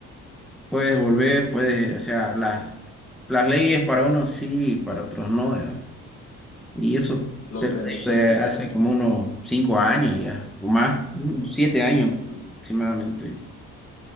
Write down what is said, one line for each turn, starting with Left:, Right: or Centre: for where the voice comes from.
Centre: puedes volver, puedes, o sea, las, las leyes para unos sí, para otros no. digamos. Y eso
Left: Los beneficios.
Centre: eh, hace como unos cinco años ya, o más, unos siete años
Left: Claro.
Centre: aproximadamente.